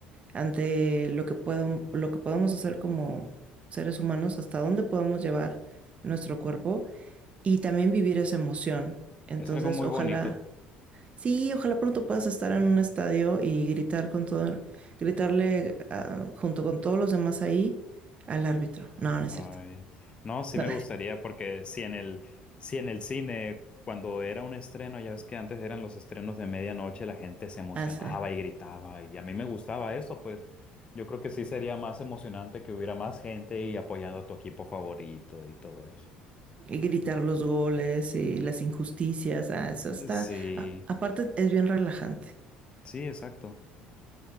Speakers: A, on the right (about 35°); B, on the left (about 30°).
A: ante lo que puedo, lo que podemos hacer como seres humanos, hasta dónde podemos llevar nuestro cuerpo y también vivir esa emoción. Entonces,
B: Es algo muy
A: ojalá.
B: bonito.
A: Sí, ojalá pronto puedas estar en
B: Ajá.
A: un estadio y gritar con todo, gritarle ah, junto con todos los demás ahí al árbitro. No, no es
B: Ay,
A: cierto.
B: no, sí
A: No,
B: me gustaría porque si en el, si en el cine, cuando era un estreno, ya ves que antes eran los estrenos de medianoche, la gente se emocionaba
A: <laughs> ah, sí.
B: y gritaba y a mí me gustaba eso, pues yo creo que sí sería más emocionante que hubiera más gente y apoyando a tu equipo favorito y todo eso.
A: Y gritar los goles y las injusticias. Ah, eso está.
B: Sí,
A: a- aparte, es bien relajante.
B: sí, exacto.